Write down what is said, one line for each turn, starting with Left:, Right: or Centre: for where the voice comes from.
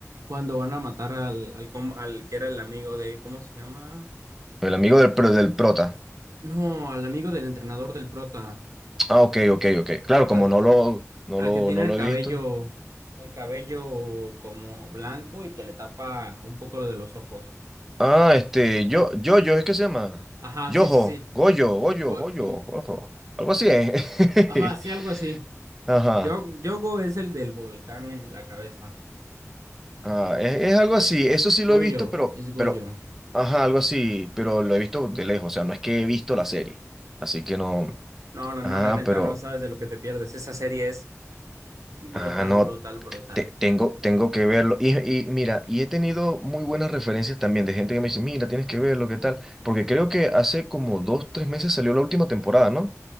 Right: cuando van a matar al, al, com- al que era el amigo de, ¿cómo se llama?
Centre: amigo del, pro- del prota.
Right: No, al amigo del entrenador del prota,
Centre: Ah, ok, ok, ok. Claro,
Right: al,
Centre: como no lo, no
Right: al
Centre: lo,
Right: que tiene
Centre: no lo
Right: el cabello,
Centre: he visto.
Right: el cabello como blanco y que le tapa un poco lo de los ojos.
Centre: Ah, este, yo, yo, yo, ¿es que se llama?
Right: Ajá,
Centre: Yojo,
Right: sí, sí, sí.
Centre: Goyo, Goyo,
Right: Go-
Centre: Goyo,
Right: mm,
Centre: Ojo. Algo así, ¿eh? <laughs>
Right: Ajá, sí, algo así.
Centre: Ajá.
Right: Yo, Yogo es el del volcán en la cabeza.
Centre: Ah, es, es algo así, eso sí
Right: Goyo,
Centre: lo he visto, pero,
Right: es Goyo.
Centre: pero, ajá, algo así, pero lo he visto de lejos, o sea, no es que he visto la serie, así que no,
Right: No, no,
Centre: ah,
Right: no, la neta,
Centre: pero,
Right: no sabes de lo que te pierdes. Esa serie es brutal,
Centre: ah, no,
Right: brutal, brutal.
Centre: te- te- tengo, tengo que verlo, y, y mira, y he tenido muy buenas referencias también de gente que me dice, mira, tienes que verlo, ¿qué tal? Porque creo que hace como dos, tres meses salió la última temporada, ¿no?